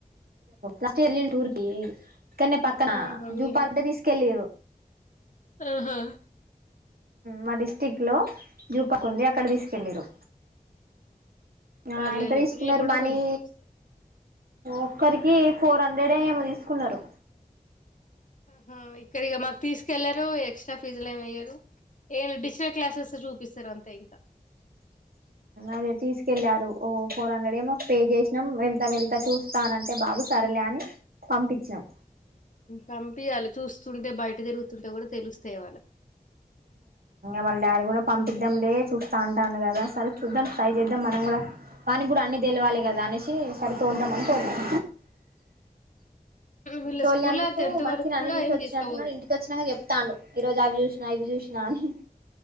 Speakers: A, on the right; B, on the left.
A: అ స్ట్ ఎ టూర్కి కన్న పక్కన
B: ఆహా
A: జూ
B: ఈ
A: పార్క్ తీసుకెళ్ళారు
B: ఆహా
A: మా డిస్టిక్ లో జూ పార్క్ ఉంది అక్కడకు
B: హ్మ్
A: తీసుకెల్లిర్రు ఆ
B: పర్లేలే
A: ఎంత తీసుకున్నారు
B: పిల్లలు కూడా
A: మనీ
B: కొంచెం చూస్తారు
A: ఒక్కరికి ఫోర్ హండ్రెడ్ అ ఏమో తీసుకున్నారు
B: హ ఇక్కడ ఇగ మాకు తీసుకెళ్లారు ఎక్స్ట్రా ఫీజులు ఏమయ్యారు ఏం లే డిజిటల్ క్లాసెస్ చూపిస్తారు అంతే ఇంకా
A: అదే తీసుకెళ్ళారు ఓ ఫోర్ హండ్రెడ్ ఏ మాకు పే చేసినాం వెళ్తా వెళ్తా చూస్తా అంటే బాబు సరేలే అని పంపించినాం
B: పంపియాలె చూస్తుంటే బయట తిరుగుతుంటే కూడా తెలుస్తయి వాళ్ళకు
A: వాళ్ళ డాడి కూడా పంపిద్దాం లే చూస్తా అంటాడు కదా సరే చూద్దాం ట్రై చేద్దాం మనం కూడా వానికి కూడా అన్ని తెలివాలే
B: హ్మ్.
A: కదా అనేసి సరే తోలుదాం అని తోలినం
B: వీళ్ళ
A: తోలిందుకు
B: స్కూల్లో టెన్త్
A: మంచిగానే
B: వరకు
A: అన్ని
B: కూడా
A: చూసి
B: ఏం
A: వచ్చినట్టునడు
B: తీసుకపోరు
A: ఇంటికి వచ్చినక చెప్ తాండు ఈ రోజు అవి చూసినా ఇవి చూసినా అని